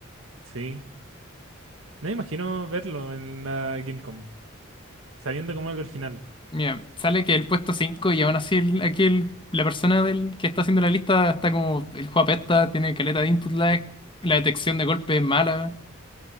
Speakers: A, on the right (about 70°); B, on the left (about 25°).
A: Sí. No me imagino verlo en la Gamecom, sabiendo cómo es el original.
B: Mira, sale que el puesto 5 y aún así el- aquí el- la persona del, que está haciendo la lista está como el juego apesta, tiene caleta de input lag, la detección de golpe es mala.